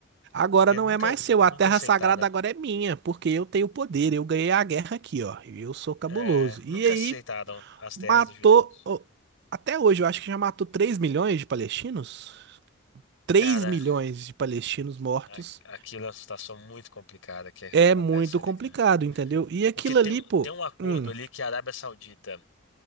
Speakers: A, on the right (about 55°); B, on the left (about 80°).
A: Agora
B: Porque
A: não
B: nunca,
A: é mais
B: nunca
A: seu, a terra
B: aceitaram,
A: sagrada agora é minha, porque eu tenho poder, eu ganhei a guerra aqui, ó, e eu sou cabuloso.
B: é, nunca
A: E aí,
B: aceitaram as
A: matou,
B: terras dos judeus.
A: ó, até hoje, eu acho que já matou 3 milhões de palestinos. três
B: Cara,
A: milhões de palestinos mortos
B: a- aquilo é uma situação muito complicada que acontece
A: é muito
B: ali,
A: complicado,
B: cara.
A: entendeu? E aquilo
B: Porque tem,
A: ali,
B: um-
A: pô.
B: tem um acordo
A: Hum,
B: ali que a Arábia Saudita,